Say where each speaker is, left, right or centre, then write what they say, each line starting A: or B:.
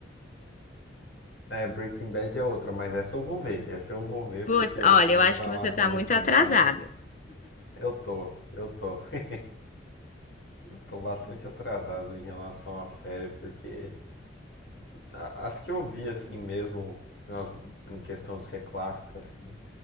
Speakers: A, on the left (about 65°); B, on the left (about 40°).
A: É, Breaking Bad é outra, mas essa eu vou ver. Essa eu vou ver
B: Putz,
A: porque não
B: olha,
A: tem
B: eu
A: reclamação
B: acho que você tá muito
A: do final.
B: atrasado.
A: Eu tô, eu tô. <laughs> tô bastante atrasado em relação à série, porque a- as que eu vi assim mesmo, elas- em questão de ser clássica, assim,